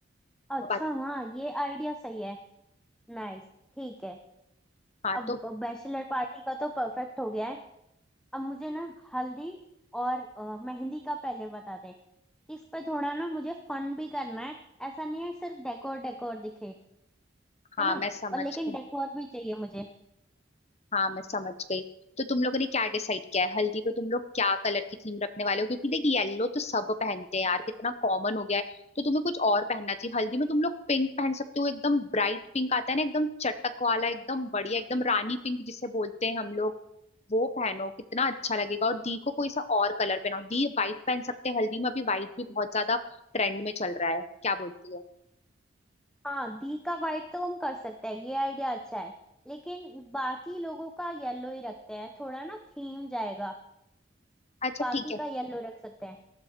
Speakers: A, in the centre; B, on the left.
A: अच्छा
B: बाकी-
A: हाँ ये आइडिया सही है नाइस ठीक है
B: हाँ
A: अब
B: तो
A: बैचलर पार्टी का तो परफेक्ट हो गया है अब मुझे ना हल्दी और अ, मेहंदी का पहले बता दे इस पे थोड़ा ना मुझे फन भी करना है ऐसा नहीं है सिर्फ डेकोर डेकोर दिखे
B: हाँ
A: है ना
B: मैं समझ
A: और लेकिन
B: गई
A: डेकोर भी चाहिए मुझे
B: हाँ मैं समझ गई तो तुम लोगों ने क्या डिसाइड किया है हल्दी पे तुम लोग क्या कलर की थीम रखने वाले हो क्योंकि देख येलो तो सब पहनते हैं यार कितना कॉमन हो गया है तो तुम्हें कुछ और पहनना चाहिए हल्दी में तुम लोग पिंक पहन सकते हो एकदम ब्राइट पिंक आता है ना एकदम चटक वाला एकदम बढ़िया एकदम रानी पिंक जिसे बोलते हैं हम लोग वो पहनो कितना अच्छा लगेगा और दी को कोई सा और कलर पहनाओ दी वाइट पहन सकते हैं हल्दी में अभी वाइट भी बहुत ज्यादा ट्रेंड में चल रहा है क्या बोलती है
A: हाँ दी का वाइट तो हम कर सकते हैं ये आइडिया अच्छा है लेकिन बाकी लोगों का येलो ही रखते हैं थोड़ा ना थीम जाएगा
B: अच्छा
A: बाकी
B: ठीक है
A: का येलो रख सकते हैं